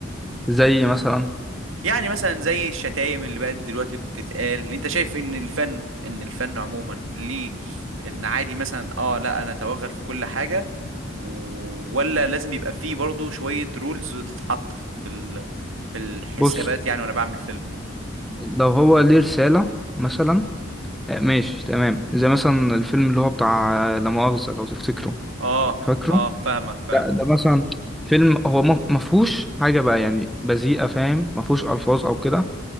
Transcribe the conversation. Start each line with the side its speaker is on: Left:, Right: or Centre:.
Centre: زي مثلا
Right: يعني مثلا زي الشتايم اللي بقت دلوقتي بتتقال انت شايف ان الفن ان الفن عموما ليه ان عادي مثلا اه لا انا اتوغل في كل حاجة و- ولا لازم يبقى فيه برضو شوية رولز تتحط في ال... في الحسابات
Centre: بص
Right: يعني وانا بعمل فيلم
Centre: لو هو ليه رسالة مثلا آه ماشي تمام زي مثلا الفيلم اللي هو بتاع آه، لا مؤاخذة لو تفتكره
Right: اه
Centre: فاكره
Right: اه فاهمك فاهمك
Centre: ده, ده مثلا فيلم هو ما ما فيهوش حاجة بقى يعني بذيئة فاهم ما فيهوش ألفاظ أو كده